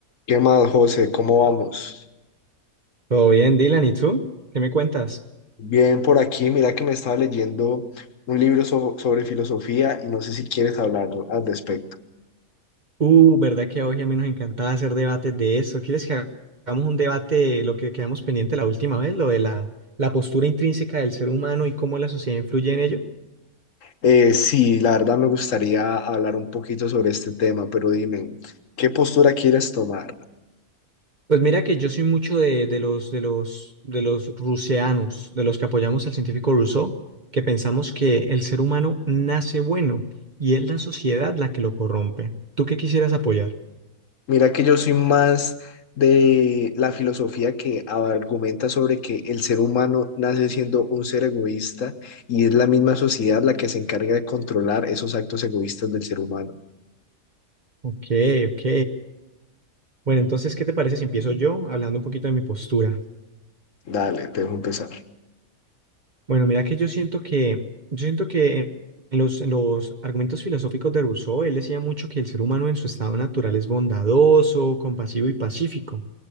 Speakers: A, on the left; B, on the right.
A: ¿Qué más, José? ¿Cómo vamos?
B: Todo bien, Dylan, ¿y tú? ¿Qué me cuentas?
A: Bien por aquí, mira que me estaba leyendo un libro so- sobre filosofía y no sé si quieres hablar al respecto.
B: Uh, ¿verdad que a hoy a mí nos encantaba hacer debates de eso? ¿Quieres que hagamos un debate, lo que quedamos pendiente la última vez, lo de la, la postura intrínseca del ser humano y cómo la sociedad influye en ello?
A: Eh, sí, la verdad me gustaría hablar un poquito sobre este tema, pero dime, ¿qué postura quieres tomar?
B: Pues mira que yo soy mucho de, de los, de los, de los ruseanos, de los que apoyamos al científico Rousseau, que pensamos que el ser humano nace bueno y es la sociedad la que lo corrompe. ¿Tú qué quisieras apoyar?
A: Mira que yo soy más de la filosofía que argumenta sobre que el ser humano nace siendo un ser egoísta y es la misma sociedad la que se encarga de controlar esos actos egoístas del ser humano.
B: Ok, ok. Bueno, entonces, ¿qué te parece si empiezo yo hablando un poquito de mi postura?
A: Dale, te dejo empezar.
B: Bueno, mira que yo siento que, yo siento que en en los, en los argumentos filosóficos de Rousseau, él decía mucho que el ser humano en su estado natural es bondadoso, compasivo y pacífico.